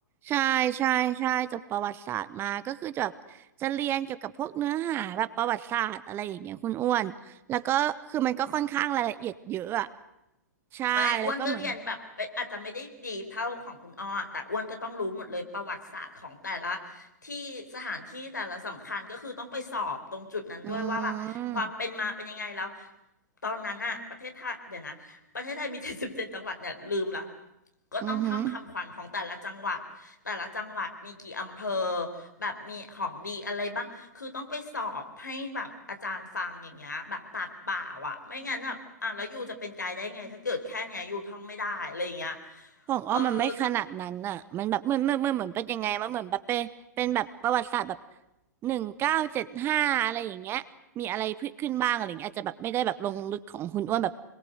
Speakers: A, on the right (about 25°); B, on the left (about 80°).
A: ใช่ใช่ใช่จบประวัติศาสตร์มาก็คือจะแบบจะเรียนเกี่ยวกับพวกเนื้อหาแบบประวัติศาสตร์อะไรอย่างเงี้ยคุณอ้วนแล้วก็คือมันก็ค่อนข้างรายละเอียดเยอะอะใช่แล้วก็เหมือน
B: ไม่อ้วนก็เรียนแบบเป็นอาจจะไม่ได้ดีเท่าของคุณอ้อแต่อ้วนก็ต้องรู้หมดเลยประวัติศาสตร์ของแต่ละที่สถานที่แต่ละสำคัญก็คือต้องไปสอบตรงจุดนั้นด้วยว่าแบบความเป็นมาเป็นยังไงแล้ว
A: อืม
B: ตอนนั้นอะประเทศไทยเดี๋ยวนะประเทศไทยมี <laughs> เจ็ดสิบเจ็ดจังหวัดเนี่ยลืมละก็ต้องท่องคำขวัญของแต่ละจังหวัด
A: อือหือ
B: แต่ละจังหวัดมีกี่อำเภอแบบมีของดีอะไรบ้าง คือต้องไปสอบให้แบบอาจารย์ฟังอย่างเงี้ยแบบปากเปล่าอ่ะไม่งั้นแบบอ่ะแล้วยูจะเป็นไกด์ได้ไงถ้าเกิดแค่เนี้ยยูท่องไม่ได้อะไรอย่างเงี้ย
A: ของอ้อมมันไม่ขนาดนั้นน่ะมันแบบเหมือนเหมือนเหมือนเหมือนเป็นยังไงมันเหมือนแบบเป็นเป็นแบบประวัติศาสตร์แบบ
B: เออก็
A: หนึ่งเก้าเจ็ดห้าอะไรอย่างเงี้ยมีอะไรพืชขึ้นบ้างอะไรอย่างเงี้ยอาจจะแบบไม่ได้แบบลงลึกของคุณอ้วนแบบ